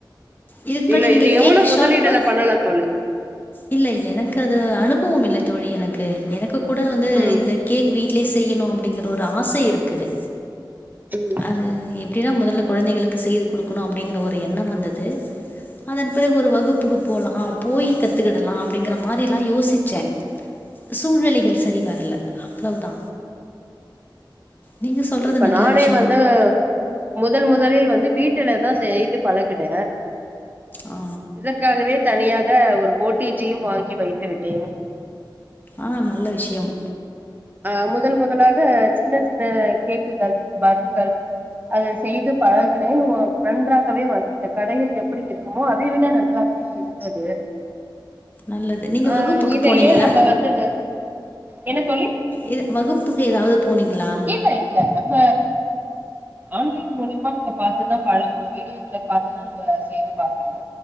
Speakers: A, on the left; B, on the right.
A: இதுக்கு முன்னாடி
B: இல்ல
A: நீங்க
B: இது எவ்ளோ
A: கேக்
B: முதலீடுல
A: ஷாப்பு
B: பண்ணலா தோழி
A: இல்ல எனக்கு அது அனுபவம் இல்ல தோழி எனக்கு எனக்கு கூட வந்து
B: ம்
A: இந்த கேக் வீட்லே செய்யணு அப்டிங்கிற ஒரு ஆச இருக்குது
B: ம்
A: அது எப்டின்னா மொதல்ல கொழந்தைகளுக்கு செய்துக்குடுக்கணு அப்டிங்கற ஒரு எண்ணம் வந்தது அதன் பிறகு ஒரு வகுப்புக்கு போலா போய் கத்துக்கிடலா அப்டிங்கிற மாரிலா யோசிச்ச சூழ்நிலைகள் சரி வரல அவ்ளோ தா நீங்க சொல்றது
B: கண்டிப்பா
A: நல்ல
B: நானே
A: விஷ்
B: வந்து முதல் முதலில் வந்து வீட்டுல தா செய்து பழகுன
A: ஆ
B: இதற் க்காகவே தனியாக ஒரு ஓ டி ஜியு வாங்கி வைத்து விட்டேன்
A: ஆ நல்ல விஷ்யம்
B: அ முதல் முதலாக சின்ன சின்ன கேக்குகள் பன்கள் அத செய்து பழகினேன் நன்றாகவே வந்தது கடையில் எப்படி இருக்குமோ அதை விட நன்றாகவே இருந்தது
A: நல்லது நீங்க
B: ஆ
A: வகுப்புக்கு
B: இதை
A: போனீங்களா
B: ஏ நம்ப வந்து என்ன தோழி
A: இது வகுப்புக்கு எதாவது போனீங்ளா
B: இல்ல இல்ல நம்ம ஆன்லைன் மூலியமா நம்ம பாத்துதா பழகணு வீடியோக்கள பாத்துதா நம்ப செய்து பாக்கணு